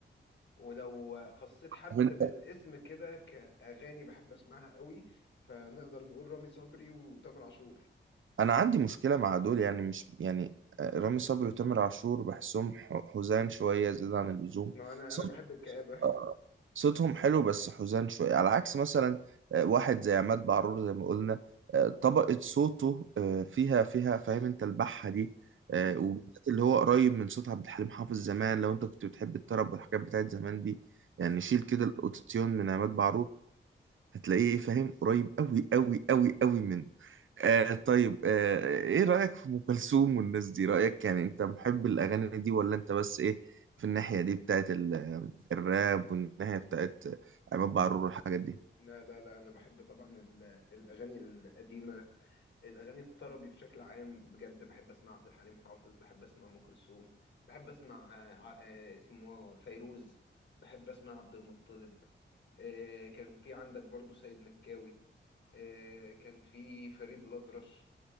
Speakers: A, on the left; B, on the right.
A: ولو خصيت حد
B: عم؟
A: بالاسم كده كأغاني بحب اسمعها قوي فنقدر نقول رامي صبري وتامر عاشور
B: انا عندي مشكله مع دول يعني مش يعني آه، رامي صبري وتامر عاشور بحسهم ح- حزان شويه زياده عن اللزوم
A: ما انا
B: صوت
A: انا بحب الكآبة
B: آه، صوتهم حلو بس حزان شويه على عكس مثلا آه، واحد زي عماد بعرور زي ما قلنا آه، طبقه صوته آه، فيها فيها فاهم انت البحه دي
A: <laughs> أمم.
B: آه، وبالذات اللي هو قريب من صوت عبد الحليم حافظ زمان لو انت كنت بتحب الطرب والحاجات بتاعت زمان دي يعني شيل كده الاوتوتيون من عماد بعرور هتلاقيه فاهم قريب قوي قوي قوي قوي من آه طيب آه ايه رأيك في ام كلثوم والناس دي رأيك يعني انت محب الاغاني دي ولا انت بس ايه في الناحية دي بتاعت ال- الراب والناحية بتاعت عماد بعرور والحاجات دي
A: لا لا لا انا بحب طبعا ال- الاغاني القديمة الاغاني الطربي بشكل عام بجد بحب اسمع عبد الحليم حافظ بحب اسمع ام كلثوم بحب اسمع آه، ع- آه، اسمه فيروز بحب اسمع عبد المطلب آه، كان في عندك برضو سيد مكاوي آه، كان في فريد الأطرش